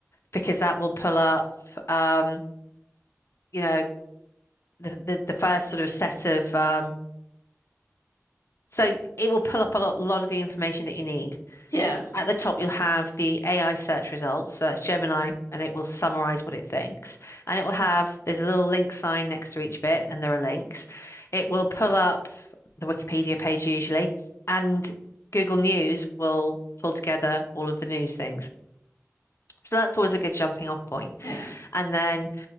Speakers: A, on the left; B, on the left.
A: because that will pull up um, you know, the, the, the first sort of set of um, So it will pull up a lot, lot of the information that you need.
B: yeah,
A: At the top, you'll have the AI search results. So that's Gemini, and it will summarize what it thinks. And it will have, there's a little link sign next to each bit, and there are links. It will pull up the Wikipedia page usually, and Google News will pull together all of the news things. So that's always a good jumping off point.
B: yeah. I
A: And then